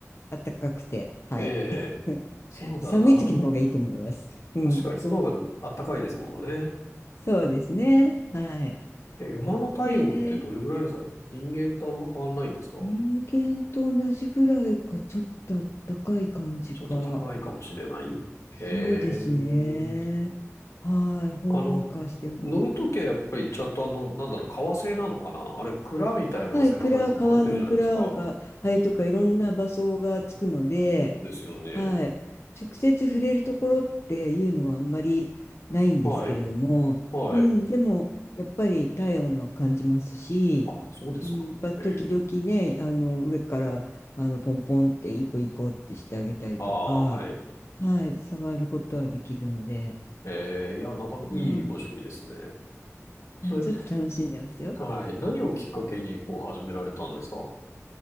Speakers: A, on the left (about 55°); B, on the left (about 70°).
A: あったかくて、はい。
B: ええ、
A: <laughs>
B: そうだな。
A: 寒い時の方がいいと思います。うん。
B: 確かに、その方があったかいですもんね。
A: そうですね。はい。
B: え、馬の体温ってどれぐらいなんですか人間とあんま変わんないんですか
A: えー人間と同じぐらいか、ちょっとあったかい感じか。
B: ちょっと高いかもしれない。
A: そうですね。
B: へえ。
A: はい、ほんわかしても。
B: あの、乗るときはやっぱりちゃんとあの、なんだろう、革製なのかなあれ、鞍みたいのが背中に乗っかってるじゃないですか。
A: はい、蔵、川の蔵が、はい、とかいろんな場所がつくので、
B: ですよね。
A: はい、直接触れるところっていうのはあんまりないんですけれども、
B: はい。はい。
A: うん、でもやっぱり体温は感じますし、
B: あ、そうですか。
A: うん、やっぱ時々ね、
B: ええ。
A: あの上からあのポンポンっていい子いい子ってしてあげたりとか、
B: ああ、はい。
A: はい、触ることはできるので。
B: ええ、いや、なかなかいいご趣味ですね。
A: はい
B: それ
A: いや、ちょっと楽しんでますよ。
B: はい。何をきっかけに、こう、始められたんですかほ